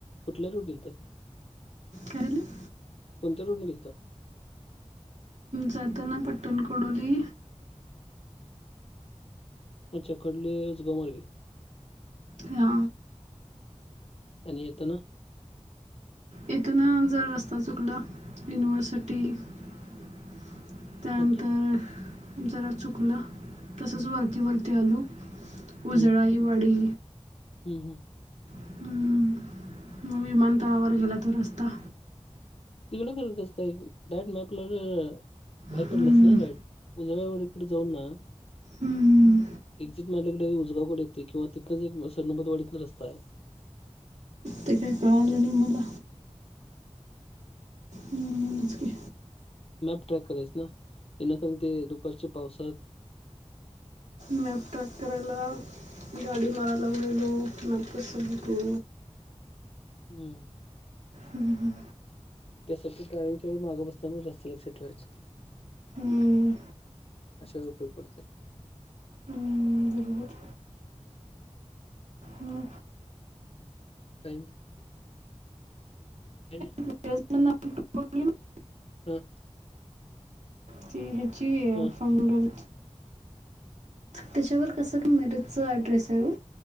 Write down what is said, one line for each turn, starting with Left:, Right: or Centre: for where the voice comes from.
Left: कुठल्या रूट येेल तर
Right: काय झालं?
Left: कोणत्या रोड निघेलत.
Right: जातना पट्टणकुडोली
Left: अच्छा कडली उजगमर्गे
Right: हा.
Left: आणि येेत ना.
Right: येथ ना जर रस्ता चुकला युनिव्हर्सिटी <unintelligible> त्यानंतर
Left: अच्छा
Right: जरा चुकलं तसच वरती वरती आलो. उजळाईवाडी
Left: हम्म, हम्म, हम्म.
Right: हम्म, मग विमानतळावर गेला तो रस्ता
Left: तिकडं करतस काय राईट मॅपला बाहेर
Right: हम्म.
Left: पडलं असत ना राईट उजळ्यावाडीकडे जाऊन ना
Right: हम्म,
Left: एक्झिट मारल्याकडे उजगावकडे येत किंवा तिथनच एक सरणुबतवाडीतन रस्ता आहे.
Right: ते काय कालणी मुला म मज घ
Left: मॅप ट्रॅक करायच ना येनाकरण ते दुपारच्या पावसात
Right: मॅपटॉप करायला गाडी मारायला उलेलो नापपस बटो
Left: हम्म.
Right: हं ह.
Left: त्यासाठी ड्रायविंगच्या वेळी मागे बसताना रस्त लक्षात ठेवायच.
Right: हम्म,
Left: अशा उपटग पडते.
Right: हम्म, बरोबर ह.
Left: काल- ह.
Right: <unintelligible>
Left: हम.
Right: त ह्याची
Left: हा
Right: फंगल त्याच्यावर कसं मेरेजचा ऍड्रेस आहे.